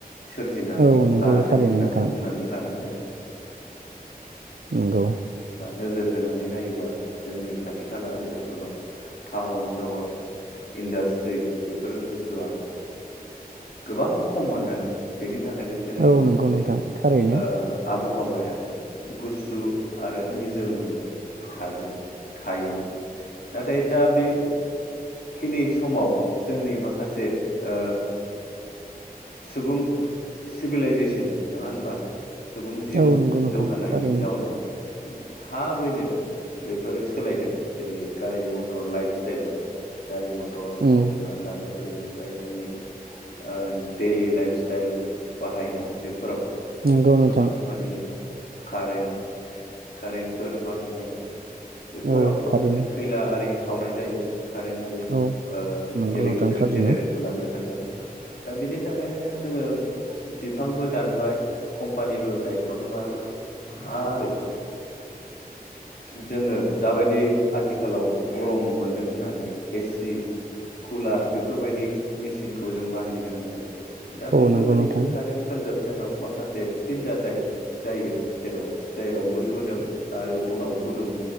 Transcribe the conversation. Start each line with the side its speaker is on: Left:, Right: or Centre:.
Left: सोरजिनानै
Right: औ नंगौ
Left: लादों
Right: थारैनो
Left: होननानै
Right: नोंथां
Left: बुंनानै लानांगोन।
Right: नंगौ।
Left: आ नोजोर होनानै नायोबा जोंनि खाथि खाला ओनसोलफोराव टाउन सहर इन्दास्ट्रि बेफोर बुस्थुआ गोबां खम'मोन आरो बेनि थाखायनो जोंनि
Right: औ
Left: माखासे
Right: नंगौ नोंथां थारैनो
Left: ओ आबहावाया गुसु आरो निजोमै थादों थायोमोन नाथाय दा बे खिनि समाव जोंनि माखासे ओ सुबुं सिभिलाइजेसन नंङा होनबा? सुबुं जिउ
Right: औ नंगौ नोंथां
Left: जौगानायनि
Right: थारैनो
Left: जाउनाव थाबैनो बेफोरो सोलायदों जेरै गारि मथर लाइफ स्टाइल गारि मथ थर
Right: उम
Left: खौ हमनानै लादो बेनिफ्राय जोंनि ओ दैलि लाइफ स्टाइल बाहायनाय बेफोराव
Right: नंगौ नोंथां
Left: गोबां माने कारेन्ट कारेन्टफोर बाहायनाय बेफोराव
Right: औ
Left: माखासे
Right: थारैनो
Left: खैला आरि सावनाय जायो। कारेन्ट आरिस
Right: औ
Left: ओ
Right: नंगौ
Left: इलेक्ट्रिक
Right: नोंथां थारैनो
Left: जेनेरे खालामनो थाखाय दा बिनि थाखायनो जोंङो बिफांबो दानबाय कम्पानिबो गायसनबाय आरो
Right: <inaudible>
Left: जोङो जाबायदि आथिखालाव गरम मोनदों होननानै एसि कुलार बेफोर बायदि मेसिनखौ जों बाहायनो गोनां जायो। दा
Right: औ
Left: बेफोरबायदि
Right: नंगौ नोंथां
Left: कारेन्ट फोरजों जोनाव माखासे फिनजाथाय जायो। जेराव जेराव गुसुदों आरो उनाव गुदुं